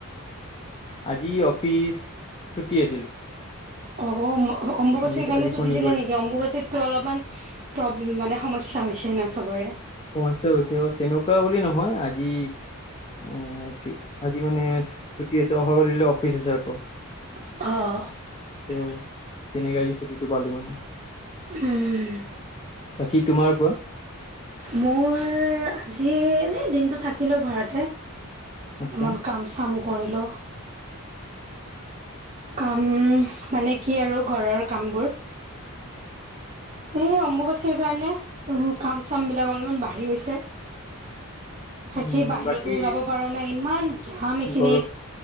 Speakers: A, on the left; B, on the right.
A: আজি অফিচ ছুটি আছিল।
B: অ অম্বুবাচীৰ
A: আজি
B: কাৰণে
A: আজি
B: ছুটি
A: শনিবাৰ
B: দিলে নেকি অম্বুবাচিত টো অলপমান প্ৰ মানে সমস্যা হৈছে ন চবৰে
A: সমস্যা হৈছে অ তেনেকুৱা বুলি নহয় আজি এ আজি মানে ছুটি আছে অহা কালিলৈ অফিচ আছে আকৌ
B: অ
A: ত' তেনেকে আজি ছুটিটো পালো মানে
B: উম
A: বাকী তোমাৰ কোৱা
B: মোৰ আজি এনে দিনতটো থাকিলো ঘৰতে
A: আচ্ছা
B: ইমান কাম চাম কৰিলো কাম মানে কি আৰু ঘৰৰ কামবোৰ এই অম্বুবাচীৰ কাৰণে কাম চাম বিলাক অলপমান বাঢ়ি গৈছে ভালকেই
A: উম
B: বাহিৰতো
A: বাকী
B: ওলাব পৰা নাই ইমান জাম এইখিন
A: ঘৰৰ